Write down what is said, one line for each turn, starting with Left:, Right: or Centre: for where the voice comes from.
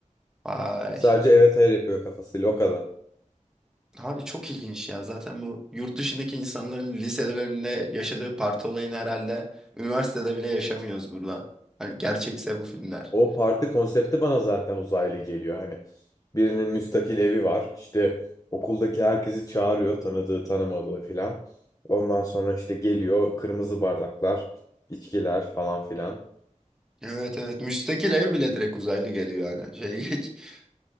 Centre: Ay.
Left: Sadece evet hayır yapıyor kafasıyla o kadar.
Centre: Abi çok ilginç ya. Zaten bu yurt dışındaki insanların liselerinde yaşadığı parti olayını herhalde üniversitede bile yaşamıyoruz burada. Hani gerçekse bu filmler.
Left: O parti konsepti bana zaten uzaylı geliyor. Hani birinin müstakil evi var. İşte okuldaki herkesi çağırıyor. Tanıdığı tanımadığı filan. Ondan sonra işte geliyor kırmızı bardaklar, içkiler falan filan.
Centre: Evet evet. Müstakil ev bile direkt uzaylı geliyor yani. Şey geç. <laughs>